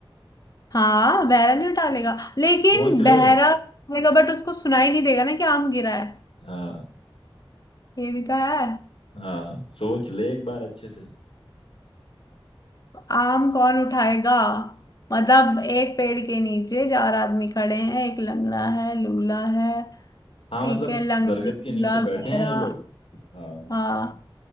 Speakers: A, on the left; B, on the left.
A: हाँ बहरा नहीं उठा लेगा लेकिन
B: सोच
A: बहरा
B: ले
A: उठाएगा बट उसको सुनाई नहीं देगा ना कि आम गिरा है
B: हाँ
A: ये भी तो है
B: हाँ सोच ले एक बार अच्छे से
A: आम कौन उठाएगा मतलब एक पेड़ के नीचे चार आदमी खड़े हैं एक लंगड़ा है लूला है
B: हाँ
A: ठीक
B: मतलब
A: है लंगड़ा
B: बरगद
A: लूला
B: के नीचे बैठे
A: बहरा
B: हैं ये लोग हाँ
A: हाँ